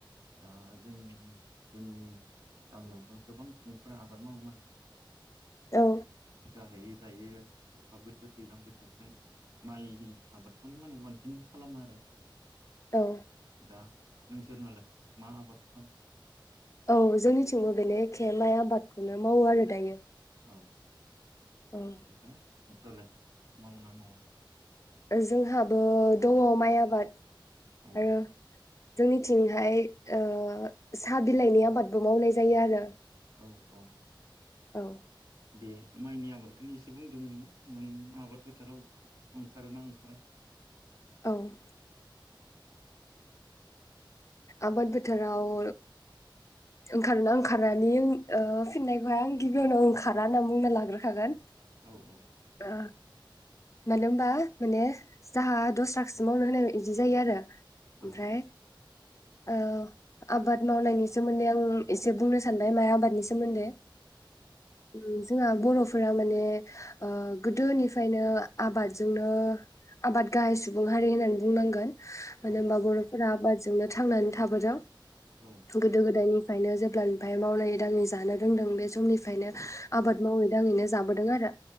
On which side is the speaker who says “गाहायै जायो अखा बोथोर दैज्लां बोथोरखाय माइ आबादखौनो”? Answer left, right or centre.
Right